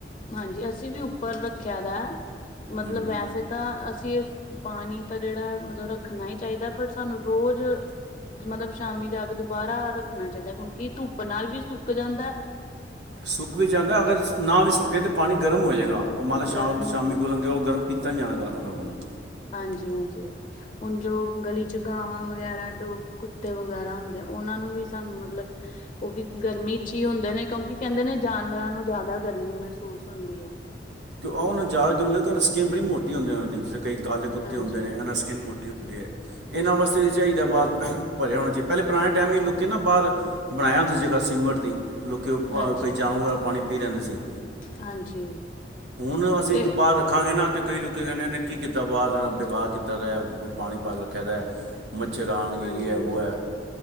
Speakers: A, on the left; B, on the right.
A: ਹਾਂਜੀ ਅਸੀ ਵੀ ਉੱਪਰ ਰੱਖਿਆ ਦਾ ਐ ਮਤਲਬ
B: ਹੂੰ
A: ਵੈਸੇ ਤਾ ਅਸੀ ਇਸ ਪਾਨੀ ਤਾ ਜੇੜਾ ਮਤਲਬ ਰੱਖਨਾ ਈ ਚਾਯੀਦਾ ਐ ਬਟ ਸਾਨੂੰ ਰੋਜ ਮਤਲਬ ਸ਼ਾਮੀ ਜਾ ਕੇ ਦੁਬਾਰਾ ਰੱਖਨਾ ਚਾਯੀਦਾ ਕਉਂਕਿ ਧੁੱਪ ਨਾਲ ਵੀ ਸੁੱਕ ਜਾਂਦਾ ਐ।
B: ਸੁੱਕ ਵੀ ਜਾਨਦਾ ਅਗਰ ਨਾ ਵੀ ਸੁੱਕੇ ਤਾ ਪਾਨੀ ਗਰਮ ਹੋ ਜੇ ਗਾ ਓ ਮਤਲਬ ਸ਼
A: ਗਰਮ ਹੋ
B: ਸ਼ਾਮੀ
A: ਜਾਂਦਾ
B: ਕੋ ਲੱਗੇ ਓ ਗਰਮ ਪੀਤਾ ਨੀ ਜਾਣਾ ਓਨਾ ਕੋਲੋ।
A: ਹਾਂਜੀ ਹਾਂਜੀ। ਹੁਨ ਜੋ ਗਲੀ ਚ ਗਾਵਾਂ ਵਗੈਰਾ ਡੋਗ ਕੁੱਤੇ ਵਗੈਰਾ ਹੁੰਦੇ ਓਨਾ ਨੂੰ ਵੀ ਸਾਨੂੰ ਮਤਲਬ ਓ ਵੀ ਗਰਮੀ ਚ ਈ ਹੁੰਦੇ ਨੇ ਕਉਂਕਿ ਕੇਂਦੇ ਨੇ ਜਾਨਵਰਾ ਨੂੰ ਜਾਂਦਾ ਗਰਮੀ ਮੇਸੂਸ ਹੁੰਦੀ ਐ।
B: ਕਿ ਓਨਾ ਜਾਂਦਾ ਕਿ ਓ ਸਕਿਨ ਬੜੀ ਮੋਟੀ ਹੁੰਦੀ ਓਨਾ ਦੀ ਜੀ ਕਈ ਕਾਲੇ ਕੁੱਤੇ
A: ਹਾਂਜੀ
B: ਹੁਨਦੇ ਨੇ ਓਨਾਂ ਸਕਿਨ ਮੋਟੀ ਹੁੰਦ ਐਨਾ ਵਾਸਤੇ ਵੀ ਚਾਈਦਾ ਬਾਰ ਭਰੇਆ ਹੋਣਾ ਚਾਈ ਪੈਲੇ ਪੁਰਾਣੇ ਟਾਈਮ ਦੇ ਲੋਕੀ ਨਾ ਬਾਰ ਬਣਾਏਆ ਹੁੰਦਾ ਸੀ ਜਗਾ ਸੀਮਟ ਦੀ ਲੋਕੀ ਓ
A: ਹਾਂਜੀ
B: ਕੋਈ ਜਾਨੋਵਰ ਆ ਪਾਣੀ ਜਾਂਦੇ ਸੀ।
A: ਹਾਂਜੀ
B: ਹੁਨ ਅਸੀ
A: ਤੇ
B: ਇੱਕ ਬਾਰ ਰੱਖਾਂਗੇ ਨਾ ਤੇ ਕਈ ਲੋਕਿ ਕੈਂਨੇ ਐਨੇ ਕੀ ਕੀਤਾ ਬਾਰ ਬੇਕਾਰ ਕੀਤਾ ਦਾ ਐ ਪਾਣੀ ਪਾ ਕੇ ਰੱਖਆ‌ ਦਾ ਐ ਮੱਛਰ ਆਣਗੇ
A: ਹਾਂਜੀ
B: ਯੇ ਏ
A: ਹਾਂਜੀ
B: ਵੋ ਏ।